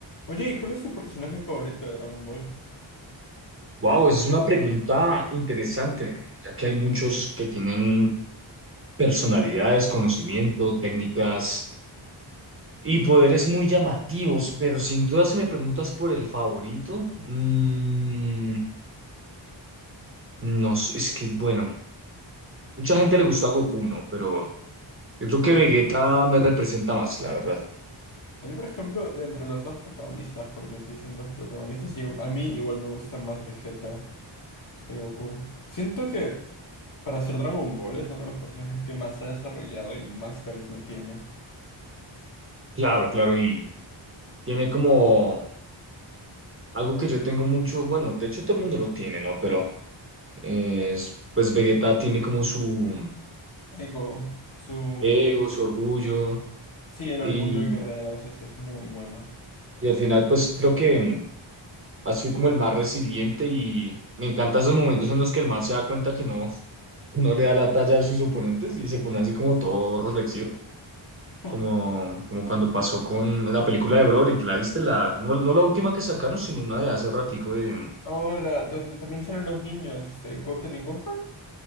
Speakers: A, on the left (about 45°); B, on the right (about 25°).
A: Oye, ¿y cuál es tu personaje favorito de Dragon Ball?
B: Wow, es una pregunta interesante, ya que hay muchos que tienen personalidades, conocimiento, técnicas y poderes muy llamativos, pero sin duda si me preguntas por el favorito, mm, no sé, es que bueno, mucha gente le gusta Goku, ¿no? Pero yo creo que
A: Digo,
B: Vegeta
A: pues.
B: me representa más, la verdad.
A: A mí, por ejemplo, de entre los dos protagonistas, porque sí son dos protagonistas, digo, a mí igual me gusta más Vegeta que Goku. Siento que para ser Dragon Ball es uno de los personajes que más se ha desarrollado y más carisma tiene.
B: Claro, claro, y tiene como algo que yo tengo mucho, bueno, de hecho todo el mundo lo tiene, ¿no? Pero eh, es- pues Vegeta tiene como su
A: Ego, su.
B: ego, su orgullo
A: Sí, el
B: y,
A: orgullo del guerrero, eso sí es muy bueno.
B: y al final pues creo que mm, ha sido como el más resiliente y me encantan esos momentos en los que el man se da cuenta que no, <laughs> no le da la talla a sus oponentes y se pone así como todo reflexivo,
A: <laughs>
B: como, como cuando pasó con la película de Broly, ¿te la viste? La, no, no la última que sacaron, sino una de hace ratico de...
A: Hola, donde también salen los niños, este, Goten y Gohan?